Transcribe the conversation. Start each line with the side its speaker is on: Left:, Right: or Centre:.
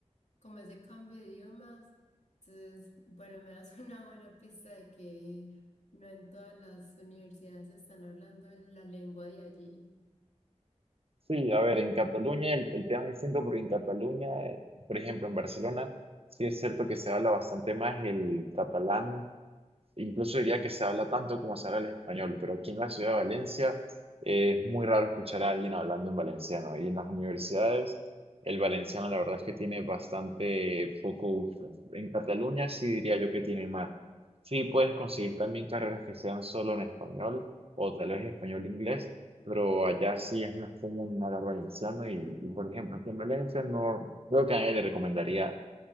Left: como ese cambio de idiomas. Entonces, bueno, me das <laughs> una buena pista de que no en todas las universidades están hablando la lengua de allí.
Right: Sí, a ver, en Cataluña el, el tema es distinto porque en Cataluña, eh, por ejemplo, en Barcelona, sí es cierto que se habla bastante más el catalán Incluso diría que se habla tanto como se habla el español, pero aquí en la ciudad de Valencia eh, es muy raro escuchar a alguien hablando en valenciano. Y en las universidades, el valenciano la verdad es que tiene bastante poco uso. En Cataluña sí diría yo que tiene más. Sí puedes conseguir también carreras que sean solo en español o tal vez español-inglés, pero allá sí es más común hablar valenciano y, y, por ejemplo, aquí en Valencia no creo que a nadie le recomendaría